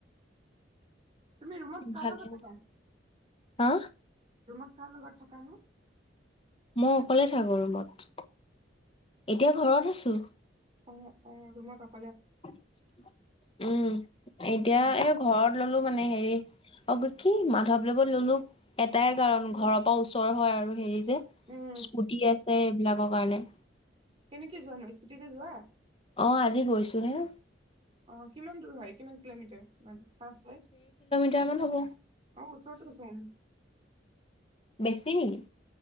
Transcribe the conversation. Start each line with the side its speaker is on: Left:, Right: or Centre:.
Right: তুমি ৰুমত কাৰ
Left: ভালে
Right: লগত থাকা?
Left: হা
Right: ৰুমত কাৰ লগত থাকা নো?
Left: মই অকলে থাকো ৰুমত। এতিয়া ঘৰত আছোঁ।
Right: অ', ৰুমত অক
Left: অকলে, উম', এতিয়া
Right: উম
Left: এই ঘৰত ললোঁ মানে হেৰি অ', কি, মাধৱদেৱত ল'লো, এটাই কাৰণ ঘৰৰ পৰা ওচৰ হয় আৰু হেৰি যে যে,
Right: উম
Left: স্কুটি আছে এইবিলাকৰ কাৰণে।
Right: কেনেকে যোৱা নো, স্কুটিতে যোৱা?
Left: অ', আজি গৈছোঁ হে
Right: অ', কিমান দূৰ হয় কিমান কিলোমিটাৰ মান পাঁচ ছয়?
Left: চেভেনত হ'ব।
Right: অ', ওচৰতে আছে
Left: বেছি নেকি,